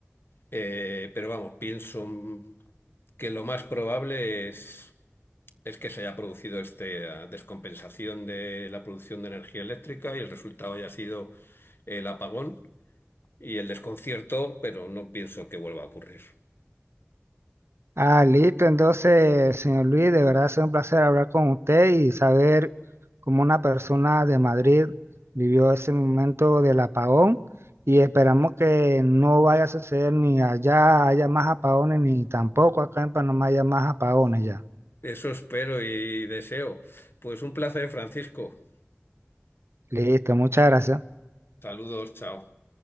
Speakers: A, on the left (about 60°); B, on the right (about 75°).
A: Eh, pero vamos, pienso mm, que lo más probable es, es que se haya producido esta descompensación de la producción de energía eléctrica y el resultado haya sido el apagón y el desconcierto, pero no pienso que vuelva a ocurrir.
B: Ah, listo. Entonces, señor Luis, de verdad ha sido un placer hablar con usted y saber cómo una persona de Madrid vivió ese momento del apagón y esperamos que no vaya a suceder ni allá haya más apagones ni tampoco acá en Panamá haya más apagones ya.
A: Eso espero y deseo. Pues un placer, Francisco.
B: Listo, muchas gracias.
A: Saludos, chao.